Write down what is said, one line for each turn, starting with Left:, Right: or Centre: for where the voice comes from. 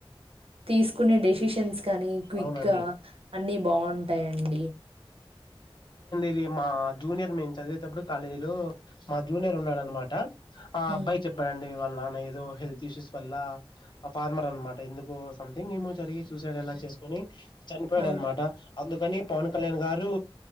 Right: తీసుకునే డెసిషన్స్ కానీ క్విక్
Left: అవునండి
Right: గా అన్ని బాగుంటాయండి
Left: బి మా జూనియర్ మేం చదివేటప్పుడు కాలేజీ లో మా జూనియర్ ఉన్నాడన్నమాట ఆ
Right: హ్మ్.
Left: అబ్బాయి చెప్పాడండీ వాళ్ళ నాన ఏదో హెల్త్ ఇష్యూస్ వల్ల అ ఫార్మర్ అన్నమాట ఎందుకు సంథింగ్ ఏమో జరిగి సూసైడ్ అలా చేసుకోని చనిపోయాడు
Right: ఆ!
Left: అన్నమాట అందుకని పవన్ కళ్యాణ్ గార్ రూ